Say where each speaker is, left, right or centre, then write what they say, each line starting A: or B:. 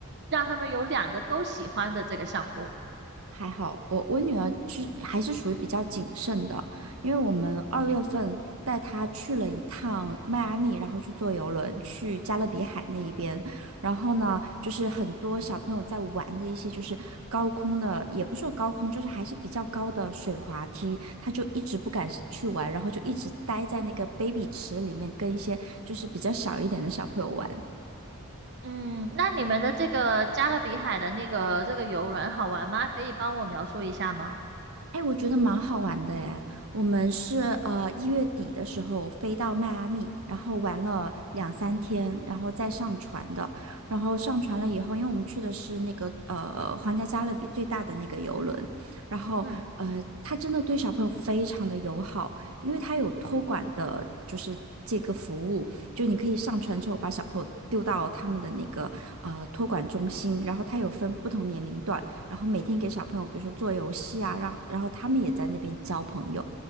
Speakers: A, on the right; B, on the right.
A: 让他们有两个都喜欢的这个项目。
B: 还好，我我女儿是还是属于比较谨慎的，因为我们二月份带她去了一趟迈阿密，然后去坐游轮去加勒比海那一边，然后呢，就是很多小朋友在玩的一些就是高空的，也不是说高空，就是还是比较高的水滑梯，她就一直不敢去玩，然后就一直待在那个 baby 池里面跟一些就是比较小一点的小朋友玩，
A: 嗯，那你们的这个加勒比海的那个这个游轮好玩吗？可以帮我描述一下吗？
B: 哎，我觉得蛮好玩的哎。我们是呃一月底的时候飞到迈阿密，然后玩了两三天，然后再上船的。然后上船了以后，因为我们去的是那个呃皇家加勒比最大的那个游轮，然后呃他真的对小朋友非常的友好，
A: 嗯，
B: 因为他有托管的，就是这个服务，就你可以上船之后把小朋友丢到他们的那个呃托管中心，然后他有分不同年龄段。然后每天给小朋友，比如说做游戏啊，让然后他们也在那边交朋友，